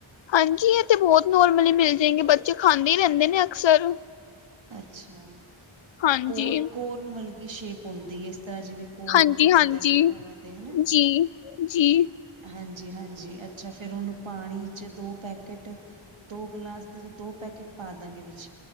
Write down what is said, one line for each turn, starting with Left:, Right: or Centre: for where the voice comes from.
Left: ਹਾਂਜੀ। ਇਹ ਤੇ, ਬਹੁਤ ਨੋਰਮਲੀ, ਮਿਲ ਜਾਣਗੇ ਬੱਚੇ ਖਾਂਦੇ, ਰਹਿੰਦੇ ਨੇ ਅਕਸਰ।
Right: ਅੱਛਾ।
Left: ਹਾਂਜੀ
Right: ਕੋਰ ਕੋਰਨ, ਵਰਗੀ ਸ਼ੇਪ ਹੁੰਦੀ ਹੈ। ਇਸ ਤਰਾਂ ਜਿਵੇਂ। ਕੋਰਟ
Left: ਹਾਂਜੀ
Right: ਹੁੰਦੇ
Left: ਹਾਂਜੀ
Right: ਨੇ, ਉਵੇਂ ਦੇ ਹਨਾ।
Left: ਜੀ ਜੀ
Right: ਹਾਂਜੀ-ਹਾਂਜੀ ਅੱਛਾ, ਫਿਰ ਉਹਨੂੰ ਪਾਣੀ ਚ, ਦੋ ਪੈਕੇਟ। ਦੋ ਗਲਾਸ ਦੇ, ਤੇ ਦੋ ਪੈਕੇਟ, ਪਾ ਦਾਂਗੇ ਵਿੱਚ।